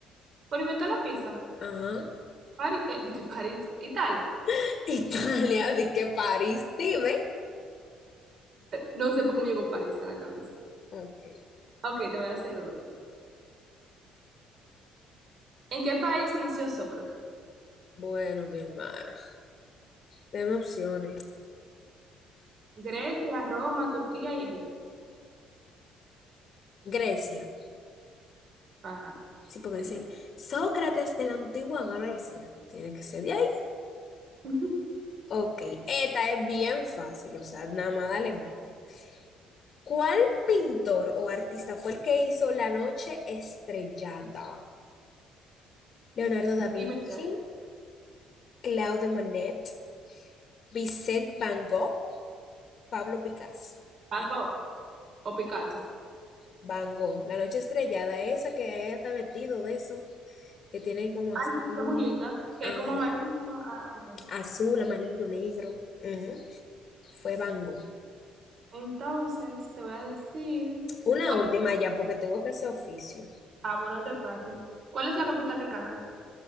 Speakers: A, on the right; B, on the left.
A: Por inventar la pizza.
B: Ajá.
A: París, ¿de qué París? Italia.
B: <laughs> Italia, di que París, dime.
A: No sé por qué me llegó París a la cabeza.
B: Ok.
A: Ok, te voy a hacer otra. ¿En qué país nació Sócrates?
B: Bueno, mi hermano. Deme opciones.
A: Grecia, Roma, Turquía y Egipto.
B: Grecia.
A: Ajá,
B: Sí, porque
A: exacto.
B: dicen Sócrates de la antigua Grecia. Tiene que ser de ahí.
A: <laughs>
B: Ok, esta es bien fácil, o sea, nada más dale mente. ¿Cuál pintor o artista fue el que hizo La Noche Estrellada? Leonardo da Vinci,
A: Y mencioné
B: Claude Monet, Vicente Van Gogh, Pablo Picasso.
A: Van Gogh o Picasso.
B: Van Gogh, La Noche Estrellada, esa que ella está vestido de eso, que tiene como
A: Ay,
B: azul,
A: sí, está muy linda. Que
B: ah,
A: es como amarilla. Ah, ok, sí.
B: azul, amarillo, negro. Ujú. Fue Bango.
A: Entonces, te voy a decir,
B: Una
A: ¿cuál
B: última
A: es?
B: ya, porque tengo que hacer oficio.
A: Ah, bueno, este es fácil. ¿Cuál es la capital de Canadá?